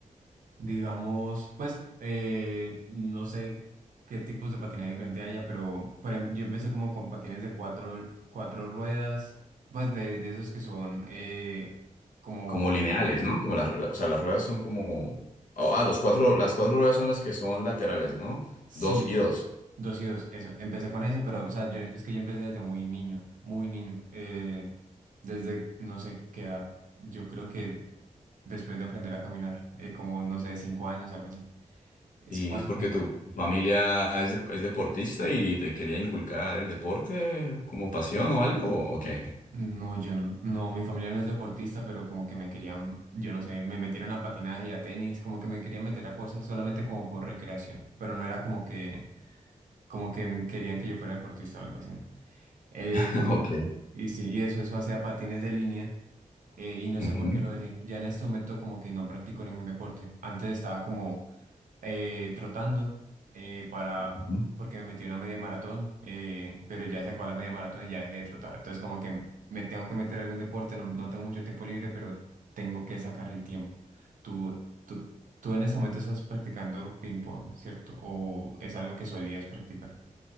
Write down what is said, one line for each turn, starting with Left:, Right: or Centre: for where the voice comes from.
Right: Digamos, pues eh, no sé qué tipos de patinaje diferente haya, pero por ejem- yo empecé como con patines de cuatro, cuatro ruedas, pues de, de esos que son eh, como,
Left: Como lineales, ¿no? Como las, o sea, las ruedas son como... Ah,
Right: s-
Left: ah, los cuatro, las cuatro ruedas son las que son laterales, ¿no?
Right: sí,
Left: Dos y
Right: eso,
Left: dos.
Right: dos y dos, eso. Empecé con eso, pero o sea, yo, es que yo empecé desde muy niño, muy niño, eh, desde no sé qué edad, yo creo que después de aprender a caminar, eh, como no sé, cinco años, algo así. Es
Left: ¿Y
Right: cuatro,
Left: es porque
Right: cinco
Left: tu familia es, de- es deportista y te quería inculcar el deporte como pasión o algo o qué?
Right: No, yo no, no, mi familia no es deportista, pero como que me querían, yo no sé, me metieron a patinaje y a tenis, como que me querían meter a cosas solamente como por recreación, pero no era como que, como que m- querían que yo fuera deportista o algo así. ¿no? Eh,
Left: <laughs> Ok.
Right: y sí, y eso, eso hacía patines de línea, eh, y no
Left: Ujú,
Right: sé por qué lo dejé. Ya en este momento como que no practico ningún deporte. Antes estaba como eh, trotando eh, para
Left: ujú.
Right: porque me metí en una media maratón, eh, pero ya se acabó la media maratón y ya dejé de trotar. Entonces como que me tengo que meter a algún deporte, no, no tengo mucho tiempo libre, pero tengo que sacar el tiempo. Tú, tú, tú en ese momento estás practicando ping pong, ¿cierto? ¿O es algo que solías practicar?